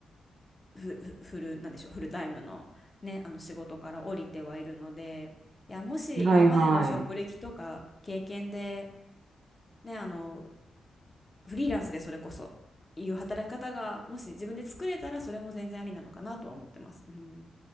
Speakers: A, on the left; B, on the right.
A: ふふフル、なんでしょう、フルタイムのね、あの仕事から降りてはいるので、いや、もし今までの職歴とか経験で、
B: うんはいはい。
A: ね、あの、フリーランスでそれこそ、いう働き方が、もし自分で作れたら、それも全然ありなのかなとは思ってます。うん。